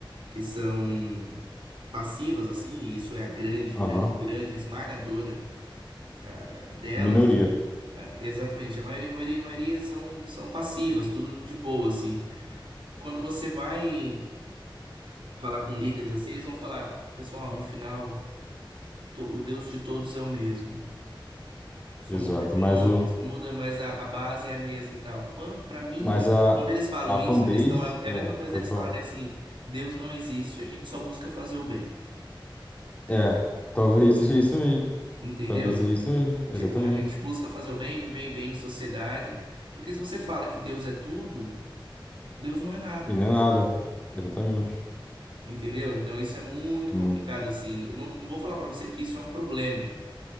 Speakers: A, on the right (about 70°); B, on the left (about 15°).
A: que são passivas, assim, e isso é a grande,
B: aham,
A: grande, grande esmagadora ah, delas,
B: Minoria,
A: ah, exatamente, a maioria, a maioria, a maioria são, são passivas, tudo de boa, assim. Quando você vai falar com líderes, assim, eles vão falar, "Ó, pessoal, no final, to- o Deus de todos é o mesmo. Só
B: exato,
A: muda de
B: mas
A: nome,
B: o,
A: só muda, mas a, a base é a mesma e tal. Quando, pra mim,
B: mas
A: mano,
B: a,
A: quando eles falam
B: a
A: isso,
B: fanbase
A: eles estão. É é
B: da,
A: a mesma coisa
B: pode
A: deles
B: falar.
A: falarem assim: Deus não existe, a gente só busca fazer o bem.
B: É, talvez seja isso mesmo.
A: Entendeu?
B: Talvez seja isso mesmo, exatamente.
A: Tipo, a gente busca fazer o bem, viver bem em sociedade. Porque se você fala que Deus é tudo, Deus não é nada.
B: E não é nada, exatamente.
A: Entendeu? Então isso é muito
B: Hum,
A: complicado, assim. Eu não, não vou falar pra você que isso é um problema.